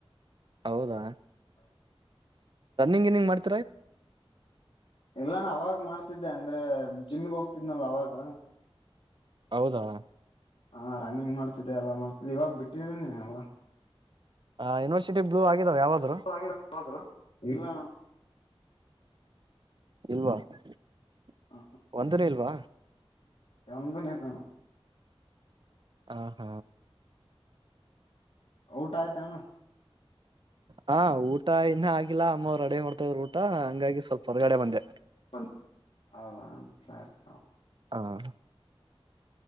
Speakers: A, on the right; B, on the left.
A: ಹೌದಾ
B: <inaudible>
A: ರನ್ನಿಂಗ ಗಿನ್ನಿಂಗ್ ಮಾಡ್ತವಿ
B: ಇಲ್ಲಾಣ್ಣ ಅವಾಗ ಮಾಡ್ತಿದ್ದೆ ಅಂದ್ರೆ ಜಿಮಗ್ ಹೋಗ್ತಿದ್ನಲ್ಲ ಅವಾಗ
A: ಹೌದಾ.
B: ಹಾ ರನ್ನಿಂಗ್ ಮಾಡ್ತಿದ್ದೆ ಎಲ್ಲಾ ಮಾಡ್ತಿದ್ದೆ ಇವಾಗ ಬಿಟ್ಟಿದ್ದೀನೀ ಎಲ್ಲಾ
A: ಹ ಯೂನಿವರ್ಸಟಿ ಬ್ಲೂ ಆಗಾವ ಯಾವಾದ್ರೂ
B: <unintelligible> ಇಲ್ಲಣ್ಣ
A: ಇಲ್ವಾ <inaudible>
B: ಹ
A: ಒಂದನೇ ಇಲ್ವಾ
B: ಒಂದುನು ಇಲ್ಲಣ್ಣ.
A: ಹ ಹಾ.
B: ಊಟ ಆಯ್ತಾ ಅಣ್ಣಾ.
A: ಹಾ ಊಟ ಇನ್ನ ಆಗಿಲ್ಲ ಅಮ್ಮವ್ರು ರೆಡಿ ಮಾಡ್ತಾ ಇದ್ರು ಊಟ ಹಂಗಾಗಿ ಸ್ವಲ್ಪ ಹೊರ್ಗಡೆ ಬಂದೆ.
B: <unintelligible> ಹೌದಾ ಸರಿ ತೊ
A: ಸಾ.